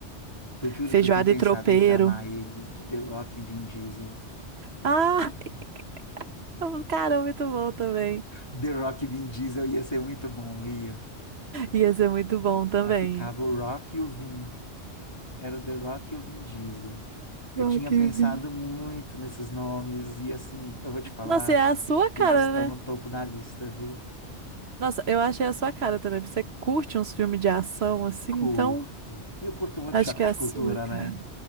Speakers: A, on the left; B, on the right.
A: Eu juro
B: Feijoada
A: que eu tinha pensado
B: e tropeiro.
A: em chamar eles de The Rock e Vin Diesel.
B: Ah, <laughs> cara, muito bom também.
A: The Rock e Vin Diesel ia ser muito bom, ia.
B: Ia ser muito bom também.
A: Aí ficava o Rock e o Vin. Era o The Rock e o Vin Diesel. Eu
B: Rock
A: tinha pensado
B: in Rio.
A: muito nesses nomes e assim, eu vou te falar
B: Nossa, e é a sua
A: que
B: cara,
A: eles estão no
B: né?
A: topo da lista, viu?
B: Nossa, eu achei a sua cara também, porque você curte uns filmes de ação assim,
A: Curto.
B: então
A: E eu curto muito
B: acho
A: choque
B: que é
A: de
B: a
A: cultura,
B: sua, cara.
A: né?